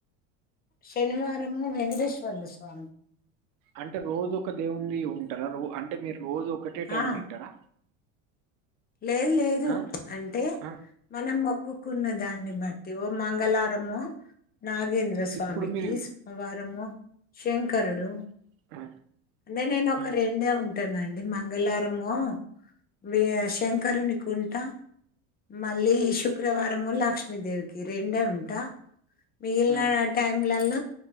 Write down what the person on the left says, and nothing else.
శనివారము వెంకటేశ్వర్ల స్వామి
ఆ
లేదు లేదు
అంటే
మనము ఉక్కున్న దాన్ని బట్టి ఓ మంగళారము నాగేంద్రస్వామికి
సోమవారము శంకరుడు
అంటే నేను ఒక
రెండే ఉంటానుండి నేను మంగళారము వే శంకరుని కుంట మళ్ళీ శు శుక్రవారము లక్ష్మీదేవికి రెండే ఉ ట మిగిలిన
టైమ్లల